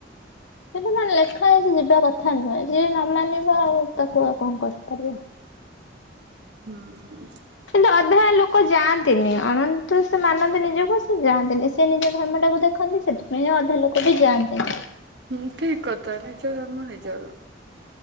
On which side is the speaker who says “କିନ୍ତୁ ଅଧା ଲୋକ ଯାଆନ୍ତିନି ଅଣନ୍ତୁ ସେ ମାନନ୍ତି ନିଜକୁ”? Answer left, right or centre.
Left